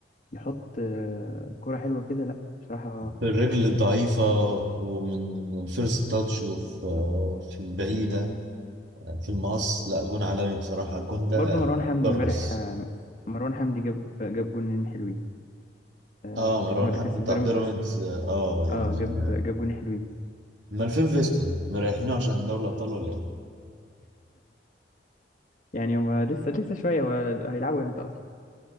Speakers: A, on the left; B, on the right.
A: يحط آه، كره حلوه كده لا بصراحه
B: الرجل الضعيفة ومن الفيرست تاتش وفي في البعيدة في المقص لا جون عالمي بصراحة الجون ده
A: برضه مروان حمدي
B: كرز
A: امبارح آه، مروان حمدي جاب جاب جونين حلوين آه،
B: اه مروان
A: يعني هو اللي
B: حمدي
A: كسب
B: بتاع
A: بيراميدز
B: بيراميدز
A: بس
B: اه يعني
A: اه جاب
B: آه،
A: جاب جونين حلوين
B: مالفين فيستون مريحينه عشان دوري الأبطال ولا ايه؟
A: يعني هو لسه لسه شويه هو هيلعبوا امتى أصلاً؟